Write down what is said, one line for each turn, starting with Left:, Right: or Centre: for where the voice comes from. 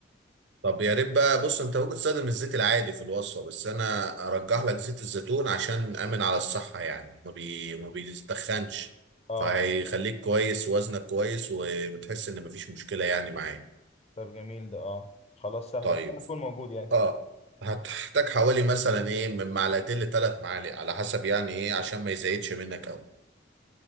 Right: طب يا ريت بقى بص انت ممكن تستخدم الزيت العادي في الوصفه بس انا ارجح لك زيت الزيتون عشان امن على الصحه يعني ما بي ما بيتخنش
Left: اه
Right: فهيخليك كويس وزنك كويس وبتحس ان مفيش مشكله يعني معاك
Left: طب جميل ده اه خلاص سهلة
Right: طيب
Left: ان شاء الله يكون موجود يعني
Right: اه هتحتاج حوالي مثلا ايه من معلقتين لثلاث معالق على حسب يعني ايه عشان ما يزيدش منك قوي